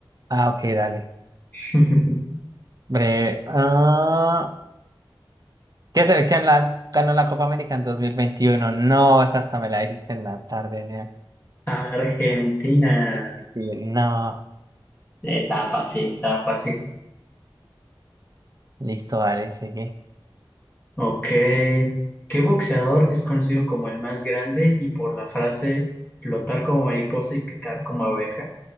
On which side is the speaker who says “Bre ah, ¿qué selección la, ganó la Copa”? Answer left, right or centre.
Right